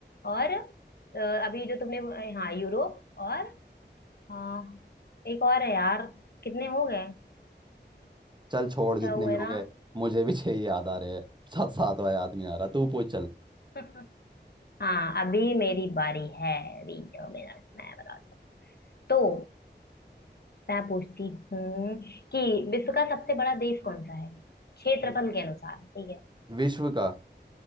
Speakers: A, on the left (about 60°); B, on the right (about 25°).
A: और अ, अभी जो तुमने अ, हाँ यूरोप और हाँ एक और है यार कितने हो गए
B: चल छोड़ जितने
A: छह हुए
B: भी हो
A: ना
B: गए मुझे भी छह ही याद आ रहे हैं साथ सातवां याद नहीं आ रहा तू पूछ चल
A: <laughs> हाँ अभी मेरी बारी है अभी दो मिनट मैं बता दूँ तो मैं पूछती हूँ कि विश्व का सबसे बड़ा देश कौन सा है क्षेत्रफल
B: हम्म।
A: के अनुसार ठीक है
B: विश्व का